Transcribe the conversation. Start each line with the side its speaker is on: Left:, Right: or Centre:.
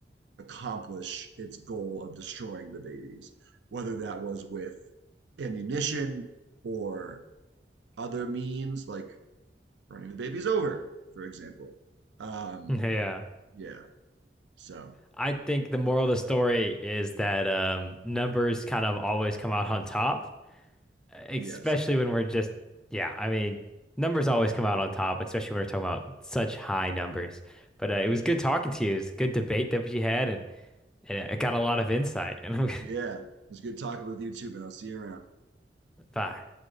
Right: accomplish its goal of destroying the babies, whether that was with ammunition or other means, like running the babies over, for example. Um,
Centre: yeah, yeah.
Right: yeah, so
Centre: I think the moral of the story is that um, numbers kind of always come out on top, especially
Right: yes,
Centre: when we're just yeah. I mean, numbers always come out on top, especially when we're talking about such high numbers. But uh, it
Right: yeah.
Centre: was good talking to you. It was a good debate that we had, and and it got a lot of insight. <laughs> And I'm-
Right: Yeah. It was good talking with you too, man. I'll see you around.
Centre: <laughs> bye.